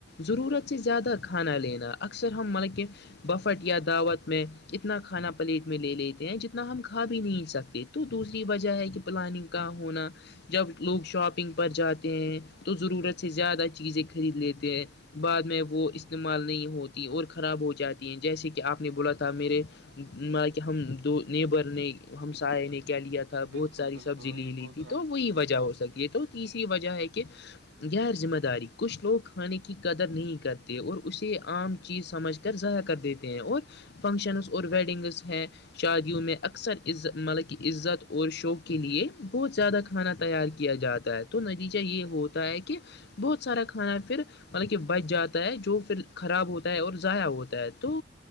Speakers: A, on the left; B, on the right.
A: ضرورت سے زیادہ کھانا لینا اکثر ہم مطلب کہ بفٹ یا دعوت میں اتنا کھانا پلیٹ میں لے لیتے ہیں جتنا ہم کھا بھی نہیں سکتے تو دوسری وجہ ہے کہ پلاننگ کا ہونا جب لوگ شاپنگ پر جاتے ہیں تو ضرورت سے زیادہ چیزیں خرید لیتے ہیں بعد میں وہ استعمال نہیں ہوتی اور خراب ہو جاتی ہیں جیسے کہ آپ نے بولا تھا میرے م کہ ہم دو نیبر نے ہم سائے نے کیا لیا تھا بہت
B: بالکل،
A: ساری
B: بالکل
A: سبزی
B: وہی
A: لے لی
B: بول
A: تھی
B: رہا
A: تو وہی
B: تھا،
A: وجہ ہو سکتی ہے تو تسری وجہ ہے کہ غیر ذمہ داری کچھ لوگ کھانے کی قدر نہیں کرتے اور اسے عام چیز سمجھ ضائع کر دیتے ہیں اور فنکشنس اور ویڈنگس ہیں شادیوں میں اکثر عزت مطلب کہ عزت اور شوق کے لیے بہت زیادہ کھانا تیار کیا جاتا ہے تو نتیجہ یہ
B: بالکل۔
A: ہوتا ہے کہ بہت سارا کھانا پھر مطلب کہ بچ جاتا ہے جو پھر خراب ہوتا ہے اور ضائع ہوتا ہے تو